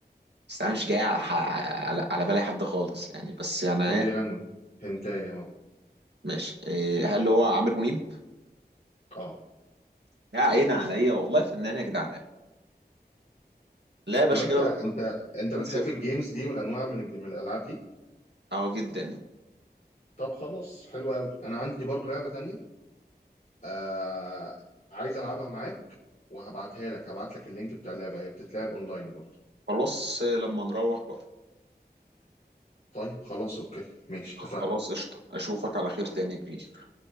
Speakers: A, on the right; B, on the left.
A: بس انا مش جاي على ح- على على بالي حد خالص يعني بس يعني
B: كان بيغني هنتاي اهو
A: ماشي إيه، هل هو عامر منيب؟
B: اه
A: يا عيني عليا والله فنان يا جدعان لا يا باشا
B: لو انت
A: كده
B: انت انت
A: 2
B: بتحب
A: 0
B: الجيمز دي والانواع من الج- من الالعاب دي
A: اهو جدا
B: طب خلاص حلو قوي انا عندي برضو لعبة تانية آه عايز العبها معاك وهبعتها لك هبعت لك اللينك بتاع اللعبه هي بتتلعب اونلاين برضه
A: خلاص آه، لما نروح بقى
B: طيب خلاص اوكي ماشي
A: خلاص
B: اتفقنا
A: قشطة اشوفك على خير تاني يا كبير